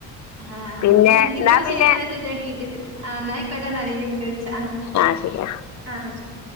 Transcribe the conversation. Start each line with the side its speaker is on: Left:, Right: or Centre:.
Right: ആഹ്
Left: പിന്നെ
Right: അങ്ങനെ എന്തെങ്കിലും
Left: എന്നാ പിന്നെ
Right: ചെയ്യണ്ടച്ചട്ട റ്റ നായിക്കോട്ട ന ഇനിണ്ഴിച്ച
Left: ആഹ് ശരി
Right: ആഹ് ശരി